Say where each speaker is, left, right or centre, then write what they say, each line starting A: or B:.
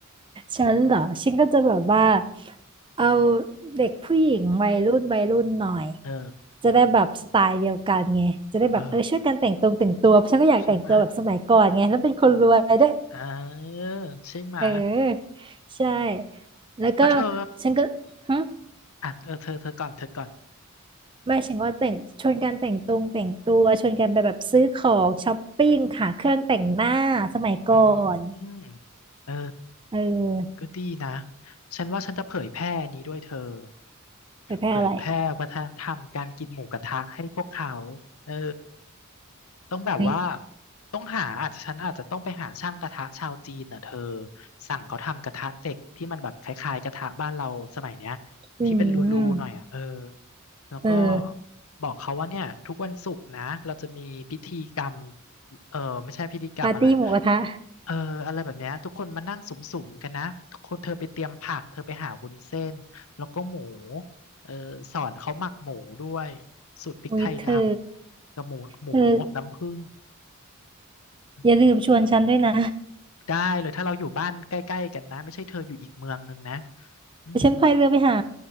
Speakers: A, on the right; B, on the left.
A: ฉันเหรอฉันก็จะแบบว่าเอาเด็กผู้หญิงวัยรุ่นวัยรุ่นหน่อย
B: เออ
A: จะได้แบบสไตล์เดียวกันไงจะได้แบบเออช่วยกันแต่งตรงแต่งตัวฉันก็อยากแต่งตัวแบบสมัยก่อนไงแล้วเป็นคนรวยด้วย
B: เออใช่ไหมะอ่าใช่ไหมะ
A: เออใช่แล้วก็
B: แล้วเธอ
A: ฉันก็ฮึ
B: อ่ะเออเธอเธอก่อนเธอก่อน
A: ไม่ฉันว่าแต่งชวนกันแต่งตรงแต่งตัวชวนกันไปแบบซื้อของช้อปปิ้งหาเครื่องแต่งหน้าสมัยก่อน
B: อืมเออ
A: เออ
B: ก็ดีนะ ฉันว่าฉันจะเผยแพร่นี้ด้วยเธอ
A: ไปแพ้อะไร
B: เผยแพร่วัฒนธรรมการกินหมูกระทะให้พวกเขาเออต้องแบบว่า
A: เฮ้ย
B: ต้องหาอาจจะฉันอาจจะต้องไปหาช่างกระทะชาวจีนน่ะเธอ สั่งเขาทำกระทะเหล็กที่มันแบบคล้ายๆกระทะบ้านเราสมัยเนี้ย
A: อืม
B: ที่เป็นรูๆหน่อยอ่ะเออ แล้วก็
A: เออ
B: บอกเขาว่าเนี่ยทุกวันศุกร์นะเราจะมีพิธีกรรมเออไม่ใช่พิธีกรรมอะไรอะ
A: ปาร์ตี้หมูกระทะ
B: เอออะไรแบบเนี้ยทุกคนมานั่งสุ่มๆกันนะทุกคนเธอไปเตรียมผักเธอไปหาวุ้นเส้นแล้วก็หมูเออสอนเขาหมักหมูด้วยสูตรพริกไทยดำกับหมูหมูอบน้ำผึ้ง
A: อุ้ยเธอเธอ
B: อืม
A: อย่าลืมชวนฉันด้วยนะ
B: ได้เลยถ้าเราอยู่บ้านใกล้ๆกันนะไม่ใช่เธออยู่อีกเมืองนึงนะอืม
A: เดี๋ยวฉันพายเรือไปหา